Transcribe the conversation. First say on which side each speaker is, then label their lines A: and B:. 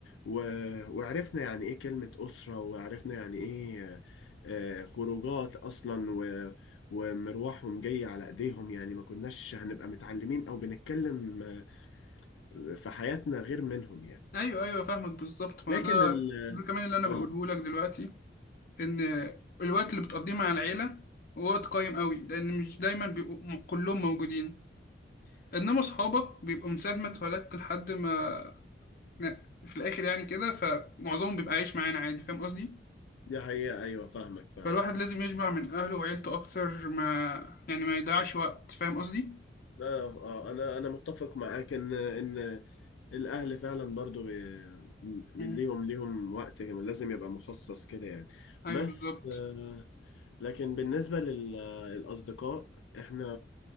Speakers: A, on the left; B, on the left.
A: و... وعرفنا يعني إيه كلمة أسرة وعرفنا يعني إيه آه، خروجات اصلا و... ومروحهم جاي على ايديهم يعني ما كناش هنبقى متعلمين او بنتكلم آه، في حياتنا غير منهم يعني
B: أيوه أيوه فاهمك بالظبط ما
A: لكن
B: هو ده
A: ال...
B: ده كمان اللي أنا
A: قول
B: بقوله لك دلوقتي ان الوقت اللي بتقضيه مع العيله هو وقت قيم قوي لان مش دايما بيبقوا م- كلهم موجودين انما صحابك بيبقوا من ساعه ما اتولدت لحد ما ن- في الاخر يعني كده فمعظمهم بيبقى عايش معانا عادي فاهم قصدي
A: دي حقيقة ايوه فاهمك فاهم
B: فالواحد لازم يشبع من اهله وعيلته اكتر ما يعني ما يضيعش وقت فاهم قصدي
A: اه اه انا انا متفق معاك ان ان الاهل فعلا برضو بي... م- ليهم
B: مم.
A: ليهم وقت لازم يبقى مخصص كده يعني
B: ايوه
A: بس
B: بالظبط
A: آه، لكن بالنسبة للأصدقاء إحنا